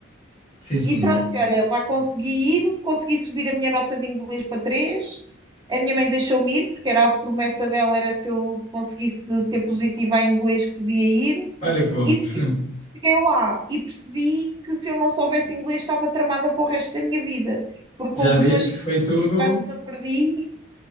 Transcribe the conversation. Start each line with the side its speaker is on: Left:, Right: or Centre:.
Left: Sim, senhor.
Right: E pronto, e olha, lá consegui ir, consegui subir a minha nota de inglês para 3. A minha mãe deixou-me ir, porque era a promessa dela, era se eu conseguisse ter positiva em inglês, que podia ir.
Left: Olha que bom.
Right: E depois
Left: <laughs>
Right: cheguei lá e percebi que se eu não soubesse inglês, estava tramada para o resto da minha vida, porque
Left: Já
Right: houve
Left: viste?
Right: duas situações
Left: Foi tudo,
Right: que quase me perdi. <laughs>